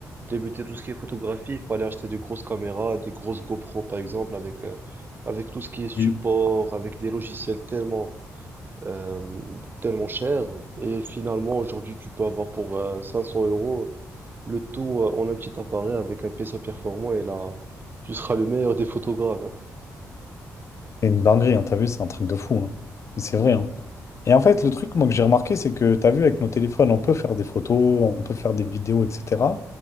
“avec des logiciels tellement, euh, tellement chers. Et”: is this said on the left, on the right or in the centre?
Right